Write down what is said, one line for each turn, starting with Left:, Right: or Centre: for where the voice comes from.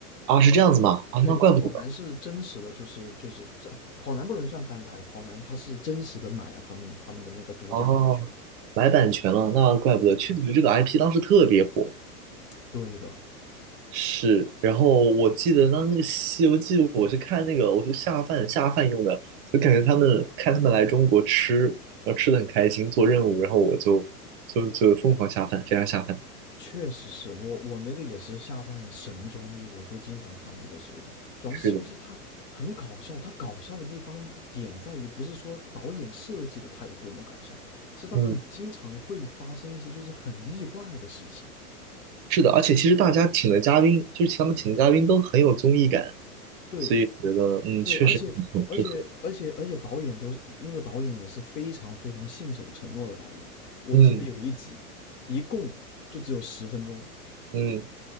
Right: 啊，是这样子吗？啊，
Left: 对，
Right: 那怪不得。
Left: 跑男是真实的，就是就是这跑男不能算翻拍了，跑男他是真实的买了他们他们的那个独家版权。
Right: 哦，买版权了，那怪不得，
Left: 对，
Right: 确实这个 IP 当时特别火。
Left: 对的，
Right: 是，然后我记得当那个《西游记》，我是看那个，我是下饭下饭用的，就感觉他们看他们来中国吃，然后吃的很开心，做任务，然后我就就就疯狂下饭，非常下饭。
Left: 确实是我我那个也是下饭神综艺，我就经常看那个《西游记》，主要是《西游记》它很搞笑，
Right: 是的，
Left: 它搞笑的地方点在于不是说导演设计的它有多么搞笑，是它很经常会发生一些就是很意外的事情。
Right: 嗯，是的，而且其实大家请的嘉宾，就是他们请的嘉宾都很有综艺感，
Left: 对，
Right: 所以觉得嗯，
Left: 对，
Right: 确实挺适合。
Left: 而且而且而且而且导演都是那个导演也是非常非常信守承诺的导演。我记得有一集，
Right: 嗯
Left: 一共就只有十分钟，
Right: 嗯，